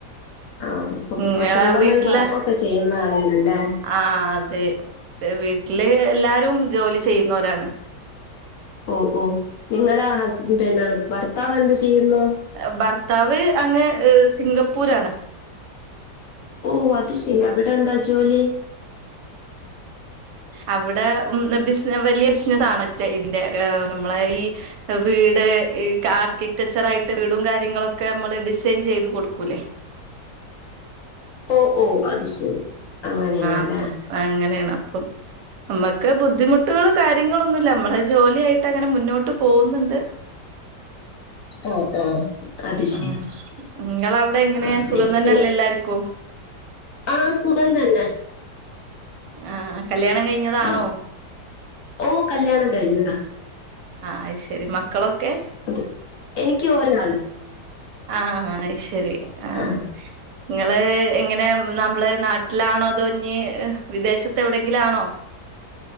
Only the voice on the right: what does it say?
നിങ്ങളെ
വീട്ടിലെ
ആഹ് അതെ വീട്ടില് എല്ലാരും ജോലി ചെയ്യുന്നവരാണ്
ഏഹ് ഭർത്താവ് അങ്ങ് സിംഗപ്പൂരാണ്.
അവിടെ ഉം ബിസ് വലിയ ബിസിനസ് ആണ് മറ്റെ ഇതിന്റെ ക്കെ നമ്മളെ ഈ വീട് ഈ കാർക്കിടെക്ചർ ആയിട്ട് വീടും കാര്യങ്ങളൊക്കെ നമ്മള് ഡിസൈൻ ചെയ്ത് കൊടുക്കൂലെ
അപ്പൊ ആഹ് അങ്ങനെയാണ് അപ്പം നമ്മക്ക് ബുദ്ധിമുട്ട്കളോ കാര്യങ്ങളൊന്നുഇല്ല നമ്മള്- ജോലിയായിട്ട് അങ്ങനെ മുന്നോട്ട് പോവുന്നുണ്ട്
ആഹ് നിങ്ങളവിടെ എങ്ങനെ
സുഖം
തന്നല്ലേ എല്ലാരിക്കും
ആഹ് കല്യാണം കഴിഞ്ഞതാണോ
ആഹ് അയ് ശെരി മക്കളൊക്കെ
ആഹ് അയ് ശരി ആഹ്
നിങ്ങള് ഇങ്ങനെ നമ്മള് നാട്ടിലാണോ അതോ ഇന്നി വിദേശത്തെവിടേങ്കിലുവാണോ